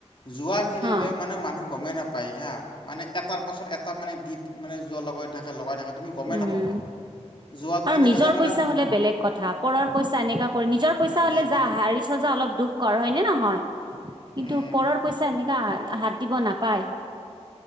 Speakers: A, on the left; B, on the right.
A: জোৱা খেলিলে
B: হা
A: মানে মানুহ গমেই নাপায় হা। মানে এটাৰ পাছত এটা মানে দি মানে যোৱা লগাই থাকে, লগাই থাকে। তুমি গমেই
B: উম।
A: নাপাবা যোৱাটো
B: আৰু
A: তেনেকুৱা
B: নিজৰ
A: যে মানে
B: পইচা হ'লে বেলেগ কথা। পৰৰ পইচা এনেকা কৰে, নিজৰ পইচা হ'লে
A: সেইটোৱে
B: যা হাৰি চা যা, অলপ দুখ কৰ, হয়নে নহয়? কিন্তু,
A: উম
B: পৰৰ পইচা, এনেকা‌ হাত দিব নাপায়‌।